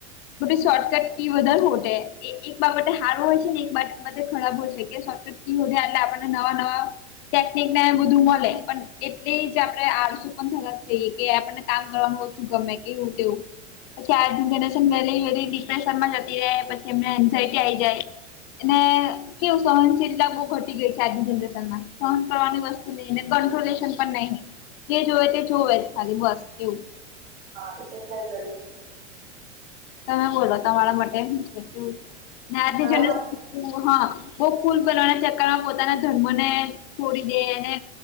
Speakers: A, on the left; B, on the right.
A: શોર્ટકટ કી વધારે ખોટે એક બાબતે હાર હોય છે ને એક બા ખરાબ હોય છે કે શોર્ટકટ ઇ હોધે એટલે આપને નવા નવા ટેકિકને બધું મળે પણ ઇ તે જ આપણે આસું થ જઈએ કે આપણને કામ કરવાનું વધુ ગમે કેવું તેવું પછી આજની જનરેશન વહેલી વેલી ડિપ્રેશન માં જતી રહે પછી એમને એન્ઝાયટી આ આવી જાય એને કેવું સહનશીલતા બઉ ઘટી ગઈ છે આજની જનરેશનમાં સહન કરવાની વસ્તુ નઈ ને ક્રોટોલેશન પણ નહી જે જોવે તે જોવે જ ખાલી બસ એવું
B: હા ઇતો છે જ વરી
A: તમે બોલો તમારા માટે હું છે કેવું છે ને આજની
B: મારા
A: જનરેશન
B: મતે
A: માં હું હ બહ ફૂલ બનવાના ચક્કરમાં પોતાના ધર્મને છોડી દેને